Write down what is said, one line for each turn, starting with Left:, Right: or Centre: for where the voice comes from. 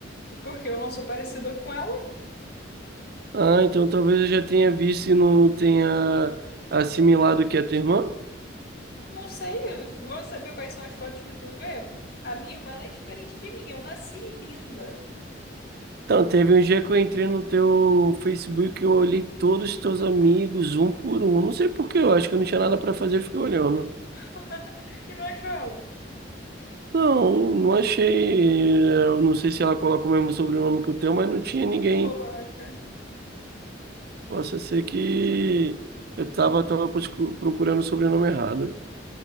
Left: Porque eu não sou parecida com ela.
Right: Ah, então talvez eu já tenha visto e não tenha assimilado que é a tua irmã?
Left: Não sei, eu vou saber quais são as fotos que tu vê. A minha irmã, ela é diferente de mim. Eu nasci linda.
Right: Então, teve um dia que eu entrei no teu Facebook e eu olhei todos os teus amigos, um por um. Não sei por quê, eu acho que eu não tinha nada pra fazer, eu fiquei olhando.
Left: <laughs> E não achou ela?
Right: Não, não achei. eh, Eu não sei se ela coloca o mesmo sobrenome que o teu, mas não tinha ninguém.
Left: Coloca.
Right: Possa ser que eu tava, tava proscu- procurando o sobrenome errado.